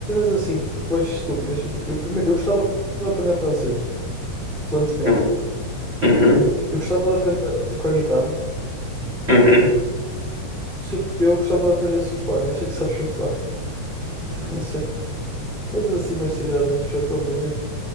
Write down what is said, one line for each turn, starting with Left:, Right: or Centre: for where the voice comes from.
Centre: assim, tipo, mais estúpidas, e, tipo, eu primeiro, eu gostava de aprender francês, fluentemente.
Right: Hum, Uhum,
Centre: Eu gostava de aprender a tocar guitarra,
Right: uhum.
Centre: não sei porque eu gostava de aprender a surfar, eu sei que sabes surfar, <laughs> então não sei. Coisas assim mais tiradas do chapéu, mas é.